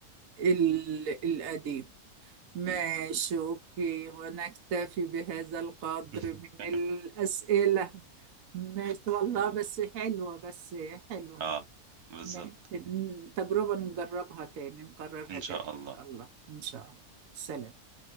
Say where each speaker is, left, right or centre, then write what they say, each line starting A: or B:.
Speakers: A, on the right; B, on the right.
A: ال- القديم ماشي
B: مم.
A: أوكي ونكتفي بهذا القدر
B: <laughs>
A: من الأسئلة ماشي والله
B: تمام
A: بس حلوة بس حلوة
B: اه بالظبط
A: ماشي. تجربة نجربها تاني نكررها
B: إن
A: تاني
B: شاء
A: إن
B: الله
A: شاء الله إن شاء الله سلام